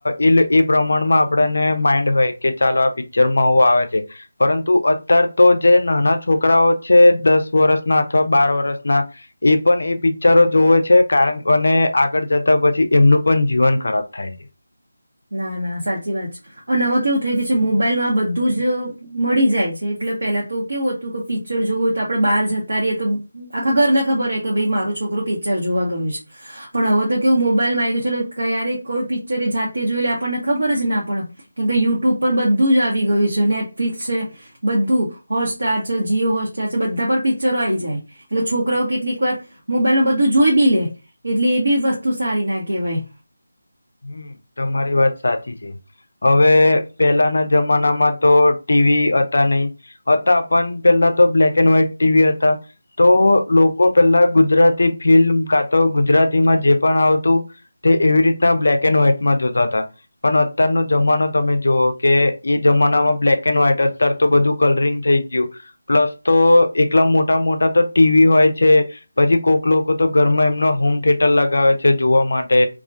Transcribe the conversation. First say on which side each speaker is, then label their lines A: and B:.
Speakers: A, on the left; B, on the right.
A: એ એ પ્રમાણમાં આપણને માઇન્ડ હોય કે ચાલો આ પિકચ પિક્ચરમાં ઓું આવે છે પરંતુ અત્યાર તો જે નાના છોકરાઓ છે દસ વર્ષના અથવા બાર વર્ષના એ પણ એ પિક્ચરો જોવે છે કારણ અને આગળ જતા પછી એમનું પણ જીવન ખરાબ થાય છે
B: ના ના સાચી વાત છે અને હવે કેવું થઈ ગયું છે મોબાઈલમાં બધું જ મળી જાય છે એટલે પેલા તો કેવું હતું કે પિક્ચર જોવું હોય તો આપડે બહાર જતા રહીએ તો આખા ઘર ને ખબર હો કે ભાઈ મારો છોકરો પિક્ચર જોવા ગયો છે પણ હવે તો કેવું મોબાઈલમાં આવી ગયું છે ક્યારે કોઈ પિક્ચર જા તે જોઈ લ આપણને ખબર જ ના પડે કેમકે યુટ્યુબ પર બધું જ આવી ગયું છે નેટફ્લિકસ છે બધું હોટસ્ટાર છે જીઓ હોટસ્ટાર છે બધા પર પિક્ચરો આવી જાય એટલે છોકરાઓ કેટલીક વાર મોબાઈલ ન બધું જોઈ બી લે એટલે એ બી વસ્તુ સારી ના કહેવાય
A: હમ તમારી વાત સાચી છે હવે પેલાના જમાનામાં તો ટીવી હતા નહી હતા પણ પેલા તો બ્લેક એન્ડ વ્હાઈટ ટીવી હતા તો લોકો પેલા ગુજરાતી ફિલ્મ કા તો ગુજરાતીમાં જે પણ આવતું તે એવી રીતના બ્લેક એન્ડ વ્હાઈટ જોતા પણ અત્યારનોો જમાનો તમે જોુઓ કે એ જમાનામાં બ્લેક એન્ડ વ્હાઈટ અત્યાર તો બધું કલરિંગ થઈ ગયું પ્લસ તો એકલા મોટા મોટા તો ટીવી હોય છે પછી કોક લોકો તો ઘરમાં એમના હોમ થિયેટર લગાવે છે જોવા માટે